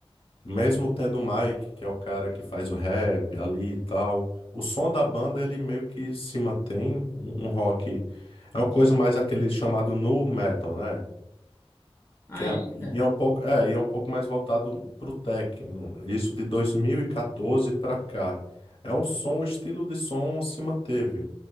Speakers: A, on the left (about 65°); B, on the left (about 25°).
A: Mesmo tendo o Mike, que é o cara que faz o rap ali e tal, o som da banda ele meio que se mantém um, um rock. É uma coisa mais aquele chamado nu metal, né?
B: Ah,
A: Que é,
B: é,
A: e
B: cara.
A: é um pouco, é, e é um pouco mais voltado pro techno. Isso de 2014 pra cá. É um som, o estilo de som se manteve.